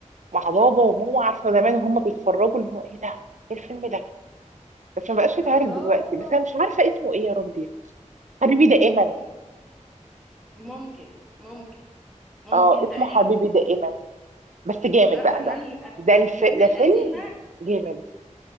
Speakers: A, on the right; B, in the centre.
A: مع بابا وماما عارفه زمان وهم بيتفرجوا اللي هو ايه ده ايه الفيلم ده بس ما بقاش يتعرض
B: الله
A: دلوقتي بس انا مش عارفه اسمه ايه يا ربي حبيبي دائما
B: ممكن ممكن ممكن
A: اه اسمه
B: تقريبا
A: حبيبي دائما بس جامد
B: لا انا
A: بقى ده
B: الافلام
A: ده الف... ده
B: القديمه
A: فيلم جامد